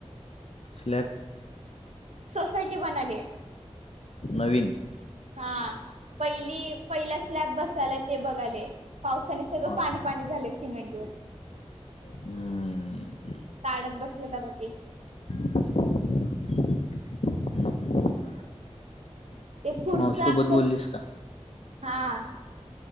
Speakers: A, on the left; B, on the right.
A: स्लॅप.
B: सोसायटी बनायलीए.
A: नवीन.
B: हा पहिली पहिला स्लॅप बसायलाय ते बघायले. पावसाने सगळं
A: हां
B: पाणी
A: हां
B: पाणी झालय सिमेंट वर.
A: हम्म.
B: काढत बसल्यात आता ते.
A: हम हम हम.
B: ते पुढचं
A: मावशीसोबत
B: आक्क
A: बोललीस का?
B: हा.